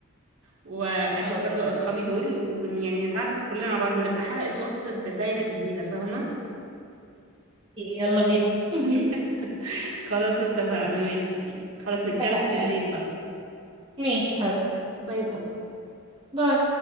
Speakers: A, on the right (about 60°); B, on the right (about 25°).
A: واجيب
B: خلاص
A: برضو
B: اوكي
A: اصحابي دول ويعني نتعرف كلنا على بعض نبقى حلقة وصل بدايرة جديدة فاهمة
B: يلا بينا <laughs>
A: <laughs> خلاص اتفقنا ماشي خلاص نتكلم
B: اتفقنا
A: بالليل
B: يعني
A: بقى
B: ماشي حبيبتي
A: باي باي
B: باي